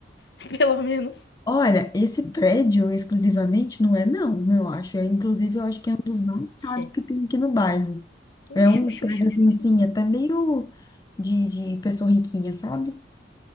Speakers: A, on the left (about 75°); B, on the left (about 20°).
A: <laughs> Pelo menos.
B: Olha, esse prédio exclusivamente não é não, eu acho. É, inclusive, eu acho que é um dos mais caros
A: Gente,
B: que tem aqui no bairro. É
A: uxi,
B: um
A: uxi,
B: prédio
A: uxi, uxi,
B: assim,
A: uxi.
B: assim, até meio de, de pessoa riquinha, sabe?